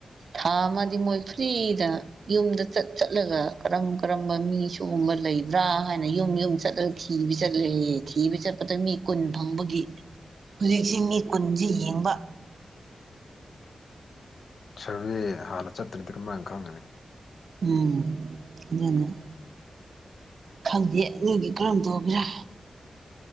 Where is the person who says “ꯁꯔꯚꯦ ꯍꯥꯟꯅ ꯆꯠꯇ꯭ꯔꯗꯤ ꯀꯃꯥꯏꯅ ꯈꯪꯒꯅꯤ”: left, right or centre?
Left